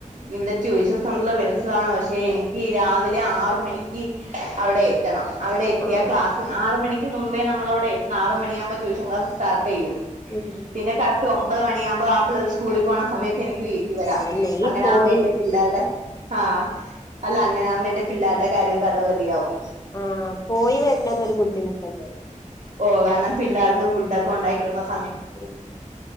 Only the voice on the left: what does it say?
ആഹ്
ഉം
ആഹ്
തന്നെ ഈ
പോയി
ആ പോയി വരനേതൊരു ബുദ്ധിമുട്ട് തന്നെണ്
ഉം